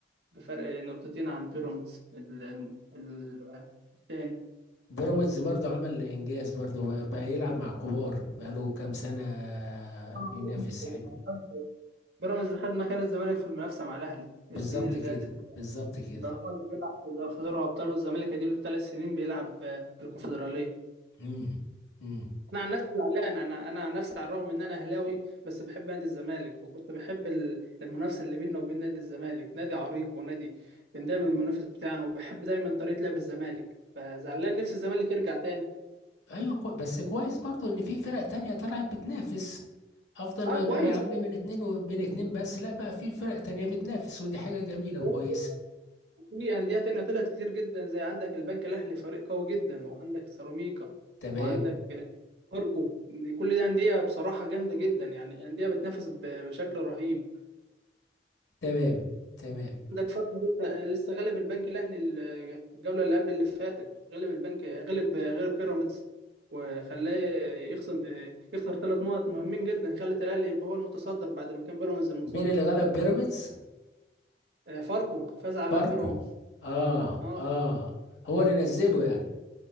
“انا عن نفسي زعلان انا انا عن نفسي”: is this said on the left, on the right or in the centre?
Right